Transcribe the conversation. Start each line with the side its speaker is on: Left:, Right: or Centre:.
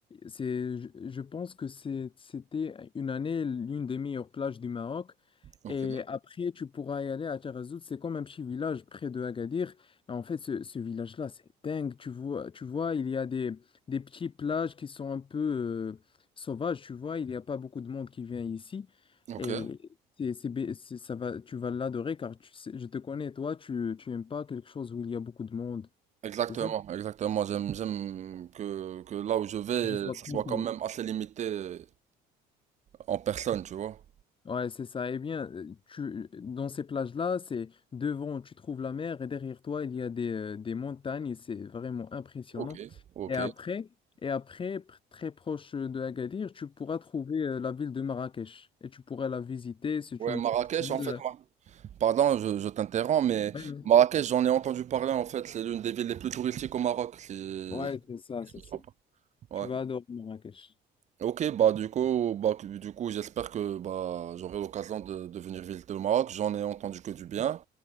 Left: c'est, je, je pense que c'est- c'était une année l'une des meilleures plages du Maroc.
Right: ok,
Left: Et après, tu pourras y aller à Taghazout. C'est comme un petit village près de Agadir. Et en fait, ce, ce village-là, c'est dingue. Tu vois, tu vois, il y a des, des petites plages qui sont un peu euh, sauvages. Tu vois, il n'y a pas beaucoup de monde qui vient ici.
Right: ok.
Left: et c'est, c'est bé- c'est- ça va, tu vas l'adorer car tu sais- je te connais, toi, tu, tu aimes pas quelque chose où il y a beaucoup de monde,
Right: Exactement,
Left: c'est ça?
Right: exactement. J'aime, j'aime que, que là où je vais,
Left: Je sois
Right: ça
Left: tranquille.
Right: soit quand même assez limité euh, en personne, tu vois.
Left: Ouais, c'est ça. Eh bien, euh, tu, dans ces plages-là, c'est devant, tu trouves la mer et derrière toi, il y a des, euh, des montagnes et c'est vraiment impressionnant.
Right: Ok, ok.
Left: Et après, et après, pr- très proche de Agadir, tu pourras trouver euh, la ville de Marrakech et tu pourras la visiter. C'est
Right: Ouais,
Left: une,
Right: Marrakech,
Left: tu connais
Right: en
Left: la-
Right: fait, moi. Pardon, je, je t'interromps, mais
Left: Ouais, ouais.
Right: Marrakech, j'en ai entendu parler, en fait. C'est l'une des villes les plus touristiques au Maroc, si je
Left: Ouais, c'est ça, c'est
Right: me
Left: ça.
Right: trompe pas.
Left: Tu
Right: Ouais.
Left: vas adorer Marrakech.
Right: Ok, bah du coup, bah, que- du coup, j'espère que bah j'aurai l'occasion de, de venir visiter le Maroc. J'en ai entendu que du bien.